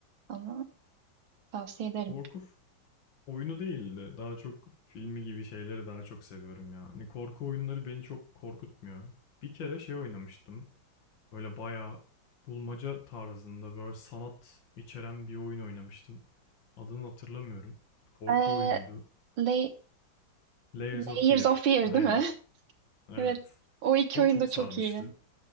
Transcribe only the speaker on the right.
ama tavsiye ederim.
Ee,
Lay-
Layers
of Fear
değil mi? <laughs>
Evet. O iki
oyun
da
çok iyi.